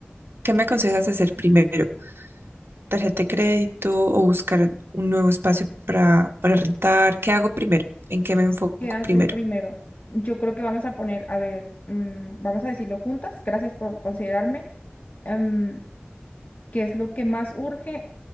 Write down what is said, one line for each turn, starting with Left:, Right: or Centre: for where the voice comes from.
Right: ¿Qué me aconsejas hacer primero? tarjeta de crédito o buscar un nuevo espacio para, para rentar. ¿Qué hago primero? ¿En qué me enfoco
Left: ¿Qué hacer
Right: primero?
Left: primero? Yo creo que vamos a poner, a ver, mm, vamos a decirlo juntas, gracias por considerarme, em, ¿qué es lo que más urge